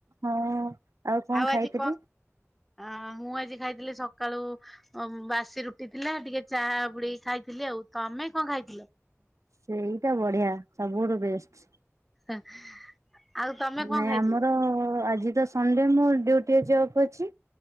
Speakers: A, on the right (about 80°); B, in the centre.
A: ହଁ। କଣ
B: ଆଉ
A: ଖାଇଥିଲି
B: ଆଜି କଣ? ଅ ମୁଁ ଆଜି ଖାଇଥିଲି ସକାଳୁ ବାସି ରୁଟି ଥିଲା ଟିକେ ଚା ବୁଡେଇକି ଖାଇଥିଲି ଆଉ ତମେ କଣ ଖାଇଥିଲ?
A: ସେଇଟା ବଢ଼ିଆ ସବୁଠୁ ବେଷ୍ଟ।
B: <inaudible> ତମେ କଣ
A: ନାଇଁ
B: ଖାଇଥିଲ?
A: ଆମର ଆଜି ତ ସଣ୍ଡେ ମୋ ଡିଉଟି ଆଜି ଅଫ୍ ଅଛି